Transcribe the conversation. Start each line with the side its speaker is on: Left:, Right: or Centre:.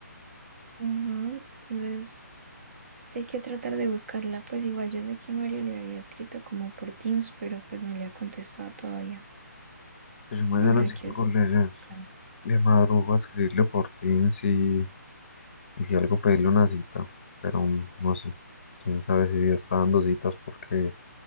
Right: Ujú, Entonces, sí hay que tratar de buscarla, pues igual yo sé que Mario le había escrito como por Teams, pero pues no le ha contestado todavía.
Left: Pues yo mañana
Right: Habrá
Left: sí
Right: que
Left: colgo
Right: seguirla
Left: le,
Right: buscando.
Left: le madrugo a escribirle por Teams y, y si algo pedirle una cita, pero mm, no sé, quién sabe si ya está dando citas porque